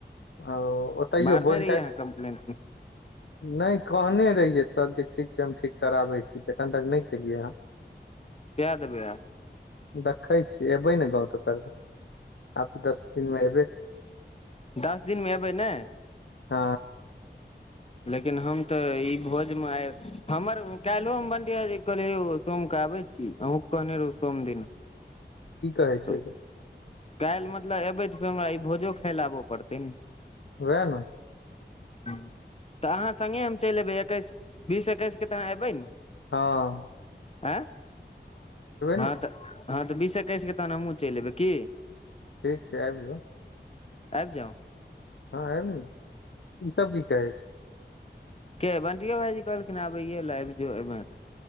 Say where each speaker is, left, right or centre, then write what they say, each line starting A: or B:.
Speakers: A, on the left; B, on the left.
A: ओ ओतहिओ
B: मारने
A: बोझ
B: रहियै
A: कऽ
B: अहाँ कम्प्लेन
A: नहि कहने रहियै तऽ कहलकै ठीक छै हम ठीक कराबै छी तऽ एखन तक नहि केलियै ह
B: कऽ तऽ भैया
A: देखै छियै एयबै ने गाव तऽ कर आ दस दिनमे हबे
B: दस दिन मे एबै ने
A: ह
B: लेकिन हम तऽ ई भोजमे आय हमर काल्हिहो हम बंटिया जी कहले सोम कऽ आबै जी अहू कहने रहौ सोम दिन
A: कि कहै छै।
B: तऽ काल्हि मतलब अबै तऽ फेर हमरा ई भोजो खाय लए आबऽ पड़तै न
A: वएह न
B: ह तऽ अहाँ संगे हम चलि एबै एकैस बीस एकैस के तऽहाँ एबै ने
A: ह
B: आ हँ
A: ने
B: तऽ हँ तऽ बीस एकैस के तहन हमूँ चलि एयबै की
A: ठीक छै आबि जा
B: आबि जाऊ
A: हँ आयब ने ई सभ भी कहै छै
B: के बंटियो भाईजी कहलखिन आबै ले आबि जो ए तऽ